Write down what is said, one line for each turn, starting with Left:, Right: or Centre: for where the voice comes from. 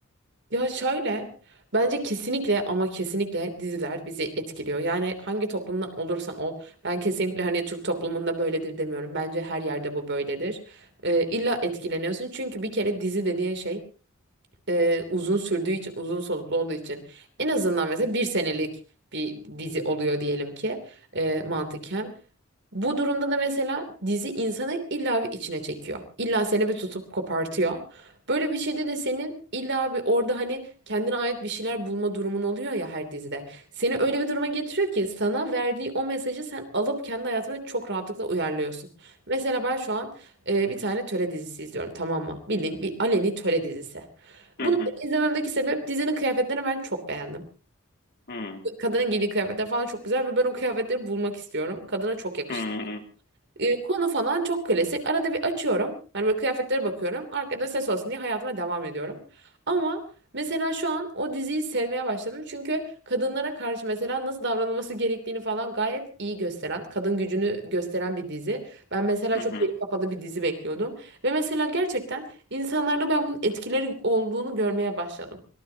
Right: Ya şöyle, bence kesinlikle ama kesinlikle diziler bizi etkiliyor. Yani hangi toplumdan olursan ol, ben kesinlikle hani Türk toplumunda böyledir demiyorum. Bence her yerde bu böyledir. Ee, illa etkileniyorsun çünkü bir kere dizi dediğin şey e, uzun sürdüğü için, uzun soluklu olduğu için en azından mesela bir senelik bir dizi oluyor diyelim ki e, mantıken. Bu durumda da mesela dizi insanı illa bir içine çekiyor. İlla seni bir tutup kopartıyor. Böyle bir şeyde de senin illa bir orada hani kendine ait bir şeyler bulma durumun oluyor ya her dizide. Seni öyle bir duruma getiriyor ki sana verdiği o mesajı sen alıp kendi hayatına çok rahatlıkla uyarlıyorsun. Mesela ben şu an e, bir tane töre dizisi izliyorum tamam mı? Bildiğin bir aleni töre dizisi. Bunu
Left: Hı hı.
Right: da izlememdeki sebep dizinin kıyafetlerini ben çok beğendim.
Left: Hı hı.
Right: Kadının giydiği kıyafetler falan çok güzel ve ben o kıyafetleri bulmak istiyorum. Kadına çok yakıştı.
Left: Hı hı.
Right: E, konu falan çok klasik. Arada bir açıyorum. Hani böyle kıyafetlere bakıyorum. Arkada ses olsun diye hayatıma devam ediyorum. Ama mesela şu an o diziyi sevmeye başladım. Çünkü kadınlara karşı mesela nasıl davranılması gerektiğini falan gayet iyi gösteren, kadın gücünü gösteren bir dizi. Ben mesela
Left: Hı
Right: çok
Left: hı.
Right: geri kapalı bir dizi bekliyordum. Ve mesela gerçekten insanlarda ben bunun etkileri olduğunu görmeye başladım.